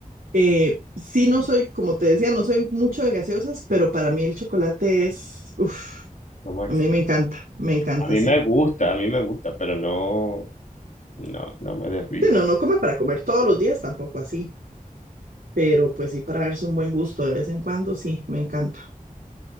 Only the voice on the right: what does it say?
Eh, sí, no soy, como te decía, no soy mucho de gaseosas, pero para mí el chocolate es, uff,
a mí me encanta, me encanta,
sí.
Sí, no, no come para comer todos los días, tampoco así, pero pues sí, para darse un buen gusto de vez en cuando, sí, me encanta.